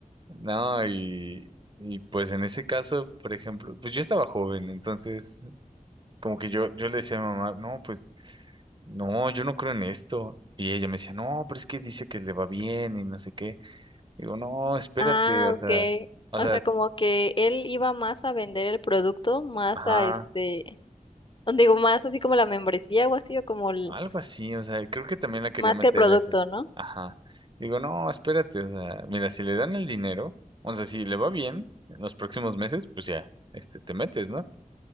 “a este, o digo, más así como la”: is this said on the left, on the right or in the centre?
Left